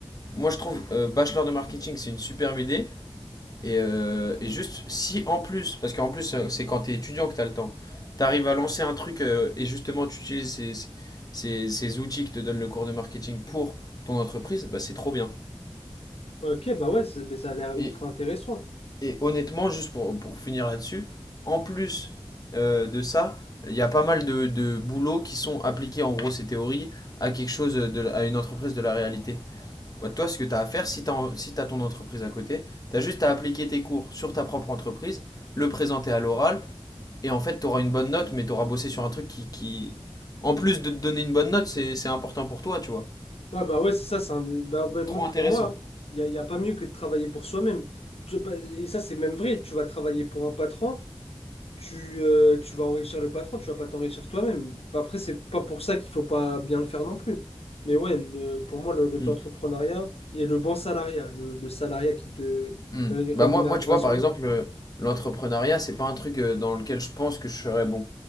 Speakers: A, on the left; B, on the left.
A: moi, je trouve euh, bachelor de marketing, c'est une superbe idée. Et, euh, et juste, si en plus, parce qu'en plus, euh, c'est quand t'es étudiant que t'as le temps, t'arrives à lancer un truc euh, et justement tu utilises ces, ces- ces- ces outils que te donne le cours de marketing pour ton entreprise, bah c'est trop bien.
B: Ok, bah ouais, c'est- bah, ça a l'air
A: Et,
B: ultra intéressant.
A: et honnêtement, juste pour, pour finir là-dessus, en plus euh, de ça, il y a pas mal de, de boulots qui sont appliqués en gros ces théories à quelque chose, de, la- à une entreprise de la réalité. Bah, toi, ce que t'as à faire, si t'as en- si t'as ton entreprise à côté, t'as juste à appliquer tes cours sur ta propre entreprise, le présenter à l'oral Et en fait, tu auras une bonne note, mais tu auras bossé sur un truc qui, qui, en plus de te donner une bonne note, c'est, c'est important pour toi, tu vois.
B: Ah, bah ouais, c'est ça. c'est un des- bah, ouais, moi,
A: Trop intéressant.
B: pour moi, il n'y a, y a pas mieux que de travailler pour soi-même. Tu- bah, Et ça, c'est même vrai. Tu vas travailler pour un patron. tu, euh, tu vas enrichir le patron, tu vas pas t'enrichir toi-même. Après, c'est pas pour ça qu'il faut pas bien le faire non plus. Mais ouais, le- pour moi, le- l'auto-entrepreneuriat
A: Mm.
B: et le bon salariat, le, le salariat qui te
A: Mm.
B: ré- rémunère
A: Bah moi, moi,
B: grassement,
A: tu vois, par exemple, euh, l'entrepreneuriat, c'est pas un truc euh, dans lequel je pense que je serais bon.